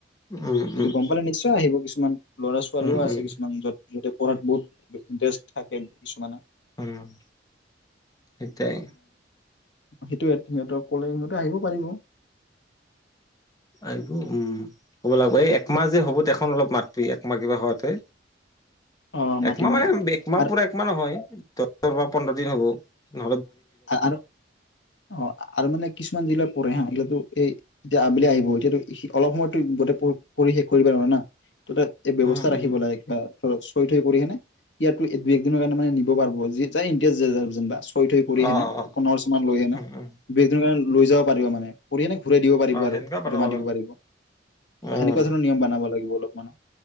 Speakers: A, on the left; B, on the left.
A: উম উম
B: যদি গম পালে নিশ্চয় আহিব। কিছুমান ল'ৰা ছোৱালীও
A: উম
B: আছে
A: উম
B: কিছুমান য'ত সিহঁতে পঢ়াত বহুত ইণ্টাৰেষ্ট থাকে কিছুমানে
A: উম সেইটাই
B: সেইটো সিহঁতক কলে সিহঁতে আহিব পাৰিব।
A: আহিব। উম, ক'ব লাগব। এই একমাহ যে হ'ব তেখন অলপ মাত ত একমাহ কিবা হোৱাতে
B: অ মাতিম
A: একমাহ মানে
B: ন
A: একমাহ
B: আৰু
A: পৰা একমাহ নহয়। বা পন্ধৰ দিন হ'ব। ন?
B: আৰু অ আৰু মানে কিছুমান জিলা পৰে হা এইগিলো এই এতিয়া আবেলি আহিব এতিয়া অলপ সময়তো গোটেই কৰি শেষ কৰিব লাগিব না। তাতে এই ব্যৱস্থা
A: উম উম
B: ৰাখিব লাগে কিবা খৰচ থৈ থৈ কৰি কিনে ইয়াত দুই এক দিনৰ কাৰণে মানে নিব পাৰিব যাৰ যি ইনন্তেচ যেনেবা কৰি কিনে
A: অ অ
B: পোন্ধৰ বছৰমান লৈ হেনে
A: উম উম
B: দুই কাৰ লৈ যাব পাৰিবা মানে কৰিনে ঘূৰাই দিব পাৰিব
A: অ
B: আৰু
A: সেনেকুৱা বনাব
B: জমা
A: লাগিব
B: দিব পাৰিব অহ
A: উম
B: সেনেকুৱা ধৰণৰ নিয়ম বনাব লাগিব অলপ। মানে